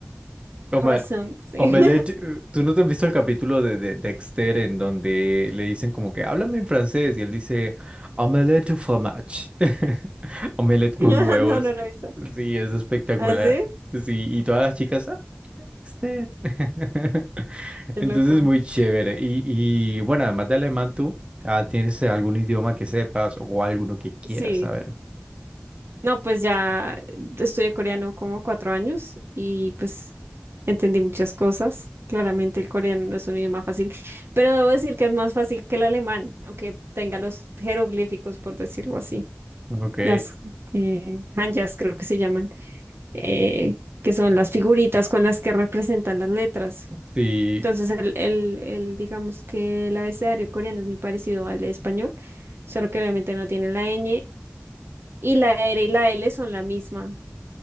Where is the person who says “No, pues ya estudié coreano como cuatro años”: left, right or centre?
Right